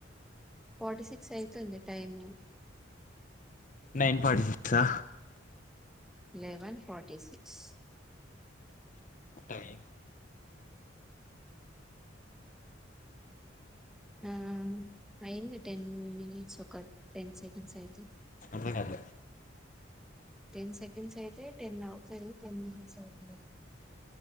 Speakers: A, in the centre; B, on the left.
A: ఫార్టీ సిక్స్ అయితుంది టైము
B: నైన్ ఫార్టీ సిక్సా
A: లెవెన్ ఫర్టీ సిక్స్
B: టైమా
A: ఆ అవును అయింది టెన్ మీనిట్స్ ఒక టెన్ సెకండ్స్ అయితే
B: అర్థం కాట్లే
A: టెన్ సెకండ్స్ అయితే టెన్ ఔ చెల్లి <inaudible>